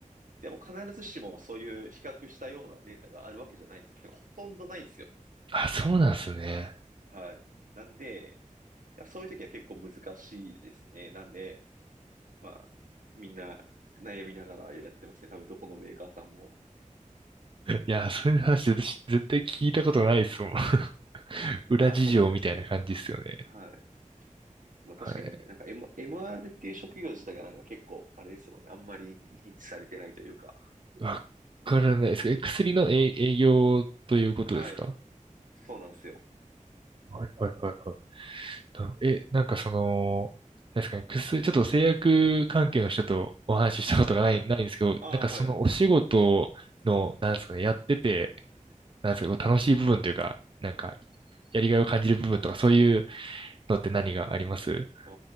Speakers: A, on the right; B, on the right.
A: でも必ずしもそういう比較したようなデータがあるわけじゃないんですよ。てかほとんどないんですよ。
B: あ、そうなんすね。
A: はい。なんで、そういう時は結構難しいですね。なんで、まあ、みんな悩みながらやってますね。多分どこのメーカーさんも。
B: いや、それの話私絶対聞いたことないっすもん。<laughs> 裏事情みたいな感じっすよね。
A: いや、そうですね。結構、はい。まあ確かになんか、
B: はい。
A: M、ー r っていう職業自体がなんか結構、あれですもんね。あんまり認知されてないというか。
B: わからないですか。え、薬の営営業ということですか
A: はい。そうなんですよ。
B: はいはいはいはい。とえ、なんかその、なんですかね、薬、ちょっと製薬関係の人とお話ししたことがない、
A: はい。
B: ないんですけど、
A: ああ、
B: なんかそのお仕事の、
A: はい。あ
B: なんですかね、やってて、なんですか、楽しい部分というか、なんか、やりがいを感じる部分とか、そういうのって何がありますう
A: あ、